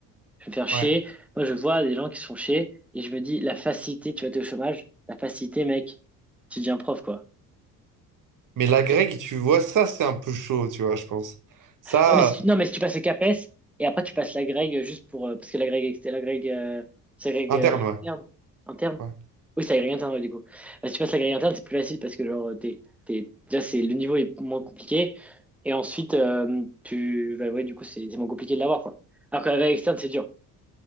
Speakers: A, in the centre; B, on the right.
A: Je vais me faire chier.
B: ouais.
A: Moi, je vois des gens qui se font chier et je me dis, la facilité, tu vas être au chômage, la facilité, mec, tu deviens prof, quoi.
B: Mais la Greg, tu vois, ça, c'est un peu chaud, tu vois, je pense. Ça,
A: Ouais, mais si tu- non, mais si tu passes le CAPES et après tu passes la Greg juste pour. euh, parce que la Greg, exté- la Greg, euh, c'est la euh,
B: euh, interne,
A: externe,
B: ouais.
A: interne.
B: Ouais.
A: Oui, c'est la Greg interne, ouais, du coup. Euh, si tu passes la Greg interne, c'est plus facile parce que genre, euh, t'es, t'es, déjà, c'est, le niveau est moins compliqué. Et ensuite, euh, tu. bah, ouais, du coup, c'est c'est moins compliqué de l'avoir, quoi. Alors que la Greg externe, c'est dur.